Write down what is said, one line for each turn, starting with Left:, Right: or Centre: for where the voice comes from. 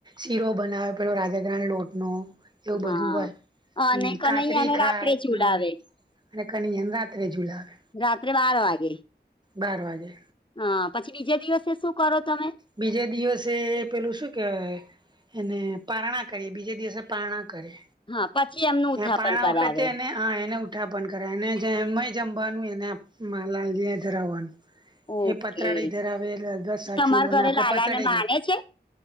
Right: શીરો બનાવ્યો પેલો રાજગરા ના લોટ નો એવું બધું
Left: હા
Right: હોય હ.
Left: અને
Right: મ.. કાતરી
Left: કનૈયાને
Right: ખાય
Left: રાત્રે
Right: હ.
Left: ચુલાવે
Right: મ.. અને કનૈયાને રાત્રે ઝૂલાવે.
Left: રાત્રે બાર વાગે.
Right: બાર વાગે.
Left: હં.. પછી બીજા દિવસે શું કરો તમે?
Right: બીજે દિવસે પેલું શું કેવાય? એને પારણા કહીએ બીજે દિવસે પારણા કરે.
Left: હા, પછી એમનું
Right: એ
Left: ઉથાપન
Right: પાણા
Left: કરાવે.
Right: વખતે એને હા, એને ઉઠાપન કરાય એને જેય જમવાનું એને લાલજીએ ધરાવવાનું.
Left: ઓકે
Right: એ પતરાળી ધરાવે એટલે અગ સાખીઓના
Left: તમારા ઘરે
Right: આપડે
Left: લાલાને
Right: પતાળે
Left: માને
Right: ગયાં.
Left: છે